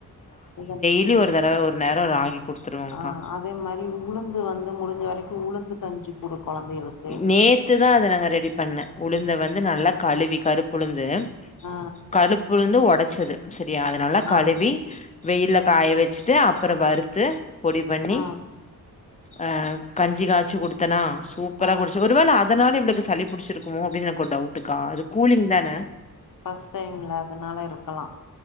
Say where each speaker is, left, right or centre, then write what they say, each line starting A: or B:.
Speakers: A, on the left; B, on the left.
A: இதெல்லா
B: லி ஒரு தடவு நேரொ ராகி குடுத்துருவோங்க்கா
A: ஆ அதே மாரி உளுந்து வந்து முடிஞ்ச வரைக்கு உளுந்து கஞ்சி குடு கொழந்தைகளுக்கு
B: நேத்துதா அத ரெடி பண்ண உளுந்த வந்து நல்லா கழுவி கருப்புளுந்து
A: ஆ
B: கருப்புளுந்து ஒடச்சது சரியா அத நல்லா
A: ஆ
B: கழுவி வெயில்ல
A: ஆ
B: காய வச்சுட்டு அப்பறொ வறுத்து பொடி பண்ணி
A: ஆ
B: ஆ கஞ்சி காச்சு குடுத்தன்னா சூப்பரா
A: ஆ
B: குடிச்சா ஒரு வேள அதனால இவுளுக்கு சளி புடிச்சிருக்குமோ அப்டினு எனக்கு ஒரு டவுட்டுக்கா அது கூலிங் தான
A: ஃபர்ஸ்ட் டைம்ல அதனால இருக்கலா